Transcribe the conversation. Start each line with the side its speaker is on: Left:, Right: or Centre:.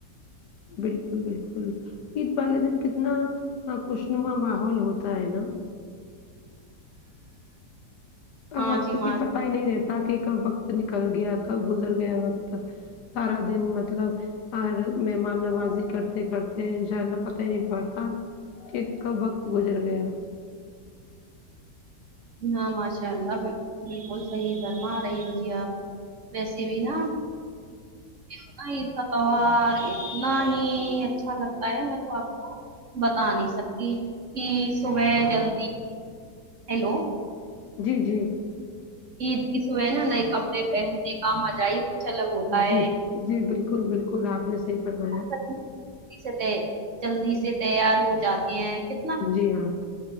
Left: بالکل بالکل عید والے دن کتنا خوشنما ماحول ہوتا ہے نا
Right: ہاں
Left: اب وقت
Right: جی ماں
Left: کی پتہ ہی نہیں رہتا کہ کب وقت نکل گیا کب گزر گیا وقت سارا دن مطلب اور مہمان نوازی کرتے کرتے انشاء اللہ پتہ ہی نہیں پڑتا ٹھیک کب وقت گزر گیا
Right: ہاں ماشاء اللہ بلکل سحیح فرما رہی ہو جی آپ ویسے بھی نا اتنا عید کا پیوہار اتنا ہی اچھا لگتا ہے میں تو آپ کو بتا نہیں سکتی کی صبح جلدی ہیلو
Left: جی جی
Right: عید کی صبح نا نئے کپڑے پہننے کا مزہ ہی الگ ہوتا ہے
Left: جی جی بالکل بالکل آپ نے سحیح فرمایا
Right: جلدی سے جلدی سے تیار ہو جاتی ہیں کہ
Left: جی ہاں